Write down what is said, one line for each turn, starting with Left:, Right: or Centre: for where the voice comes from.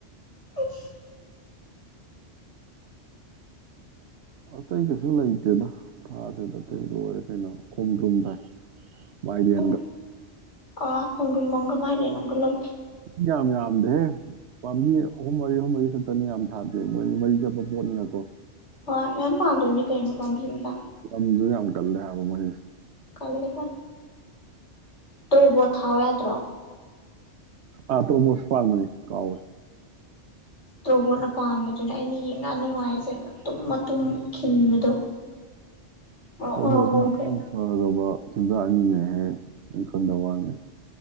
Left: ꯑꯁ
Right: ꯑꯇꯩ ꯀꯩꯁꯨ ꯂꯩꯇꯦꯗ ꯊꯥꯗꯦꯗ ꯑꯇꯩ ꯂꯣꯏꯔꯦ ꯀꯩꯅꯣ ꯈꯣꯡꯗ꯭ꯔꯨꯝ ꯊꯥꯏ ꯃꯥꯏꯔꯦꯟꯒ
Left: ꯍꯝ ꯑꯥ ꯈꯣꯡꯗꯨ꯭ꯝ ꯑꯃꯒ ꯃꯥꯢꯔꯦꯟ ꯑꯃꯒ ꯂꯧꯒꯦ
Right: ꯌꯥꯝ ꯌꯥꯝꯗꯦꯍꯦ ꯄꯥꯝꯕꯤ ꯑꯍꯨꯝ ꯃꯔꯤ ꯑꯍꯨꯝ ꯃꯔꯤ ꯈꯛꯇꯅꯤ ꯌꯥꯝ ꯊꯥꯗꯦ ꯃꯣꯏꯗꯤ ꯃꯔꯤ ꯆꯠꯄ ꯄꯣꯠꯅꯤꯅꯀꯣ
Left: ꯍꯣꯏ ꯃꯌꯥꯝ ꯄꯥꯟꯗꯣꯏꯅꯤ ꯀꯩꯅꯣ ꯄꯥꯝꯕꯤ ꯑꯝꯗ
Right: ꯂꯝꯗꯣ ꯌꯥꯝ ꯀꯜꯂꯦ ꯍꯥꯢꯕ ꯃꯣꯢꯁꯦ
Left: ꯇꯜꯂꯤꯀꯥꯜ ꯇ꯭ꯔꯣꯕꯣꯠ ꯊꯥꯎ ꯌꯥꯗ꯭ꯔꯣ
Right: ꯑ ꯇ꯭ꯔꯣꯕꯣꯠ ꯄꯥꯟꯕꯅꯦ ꯀꯥꯎꯋꯦ
Left: ꯇ꯭ꯔꯣꯕꯣꯠꯅ ꯄꯥꯝꯕꯗꯨꯅꯦ ꯑꯩꯅ ꯌꯦꯡꯉ ꯅꯨꯡꯉꯥꯏꯔꯤꯁꯦ ꯃꯇꯨꯝ ꯃꯇꯨꯝ ꯈꯤꯟꯕꯗꯣ ꯉꯧꯔꯣꯛ
Right: ꯇ꯭ꯔꯣꯕꯣꯠꯅ
Left: ꯉꯧꯔꯣꯛ ꯉꯧꯒꯩ
Right: ꯍꯛꯆꯥꯡ ꯐꯔꯕ ꯆꯤꯟꯖꯥꯛꯅꯤꯅꯦꯍꯦ ꯅꯪꯈꯪꯗ ꯋꯥꯅꯦ